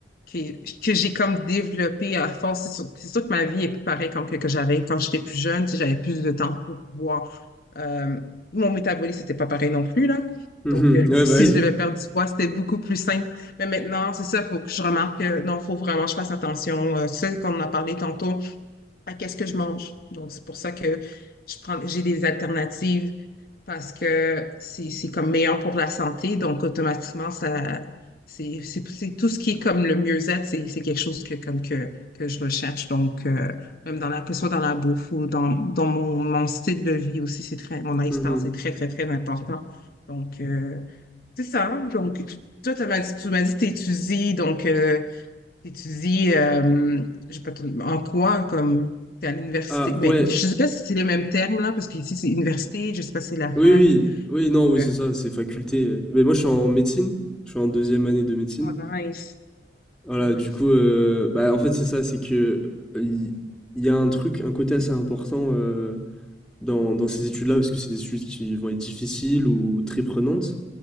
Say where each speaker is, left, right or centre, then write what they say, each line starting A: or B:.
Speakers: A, on the left; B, in the centre.
A: que, que j'ai comme développé à force. C'est sûr, c'est sûr que ma vie est plus pareille comme que, que j'avais quand j'étais plus jeune, tu sais, j'avais plus de temps pour pouvoir. euh, mon métabolisme n'était pas pareil non plus, là.
B: mhm.
A: Donc, euh,
B: Ouais,
A: <laughs> si
B: bah oui.
A: je devais perdre du poids, c'était beaucoup plus simple. Mais maintenant, c'est ça, il faut que je remarque que non, il faut vraiment que je fasse attention. Euh, c'est ce qu'on en a parlé tantôt, à qu'est-ce que je mange. Donc, c'est pour ça que je prends, j'ai des alternatives parce que c'est c'est comme meilleur pour la santé, donc automatiquement, ça c'est c'est- c'est tout ce qui est comme le mieux-être, c'est c'est quelque chose que comme que, que je recherche. Donc, euh, même dans la, que ce soit dans la bouffe ou dans, dans mon, mon style de vie aussi, c'est très, mon lifestyle,
B: Mhm.
A: c'est très, très, très important. Donc, euh, c'est ça. hein. Donc, tu- toi, tu m'as dit, tu m'as dit que t'étudies, donc euh, t'étudies, euh, je sais pas trop, en quoi, comme t'es à l'université,
B: Ah
A: mais
B: ouais,
A: je sais pas si c'est les mêmes termes là, parce qu'ici c'est université, je sais pas si c'est la
B: Oui,
A: fac.
B: oui, oui, non, oui,
A: Mhm.
B: c'est ça, c'est faculté. euh. Mais moi, je suis en médecine, je suis en deuxième année de médecine.
A: Oh, nice.
B: Voilà,
A: Mhm.
B: du coup, euh, bah, en fait, c'est ça, c'est que euh, il il y, a un truc, un côté assez important euh, dans, dans ces études-là, parce que c'est des études qui vont être difficiles ou très prenantes,